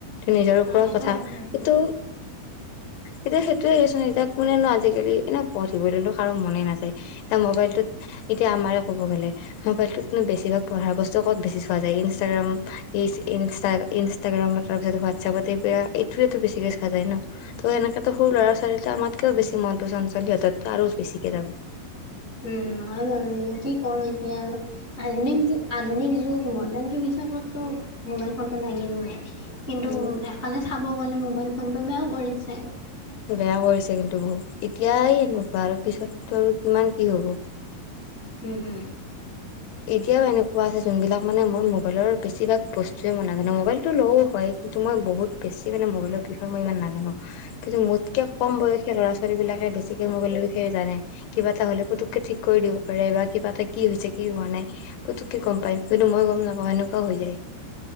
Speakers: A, on the left; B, in the centre.
A: নিজৰ
B: হয়
A: ওপৰত
B: সেইটো
A: কথা
B: হয় বাৰু
A: কিটো এতিয়া সেইটোয়ে আছোন এতিয়া কোনেনো আজিকালি এনেই পঢ়িবলৈ কাৰো মনে নাযায় এতিয়া মোবাইলটোত এতিয়া আমাৰে ক'ব গ'লে মোবাইলতটোতনো বেছিভাগ পঢ়া বস্তু ক'ত বেছি চোৱা যায় ইনষ্টাগ্ৰাম। ই ইনষ্টাগ্ৰামৰ তাৰপিছত হোৱাটছআপত এইটো বেছিকৈ চোৱা যায় ন ত হয় ন। সনেকেতো সৰু ল'ৰা ছোৱালীতো আমাতকেও বেছি মনটো চঞ্চল সিহঁতো আৰু বেছিকে যাব।
B: উ হয় বাৰু এই কি কম এতিয়া আৰু আধুনিক আধুনিক যগ ম সেইতো মবাইল ফোন লাগিয়েই কিন্তু
A: উম,
B: এফে চাব। লে মোবাইল ফোনটো বেয়াও কৰিছে।
A: বেয়া কৰিছে কিন্তু বহুত এতিয়াই এনেকুৱা আৰু পিছতো আৰু কিমান কি হ'ব।
B: উম, হুম।
A: এতিয়াও এনেকোৱা আছে যোনবিলাক মানে মই মোবাইলৰ বেছিভাগ বস্তুৱে বনাব জানো মোবাইলটো লও হয় কিন্তু মই বহুত বেছি মান মবাইলৰ বিষয় মই ইমান নাজানো কিন্তু মোতকে কম বয়সীয়া ল'ৰা ছোৱালী বিলাকে বেছিকে মোবাইলৰ বিষয়ে জানে কিবা এটা হ'লে পুতুকে ঠিক কৰি দিব পাৰে বা কিবা এটা কি হৈছে কি হোৱা নাই পুতুককে গম পায় কিন্তু মই গম নাপাও এনেকুৱা হৈ যায়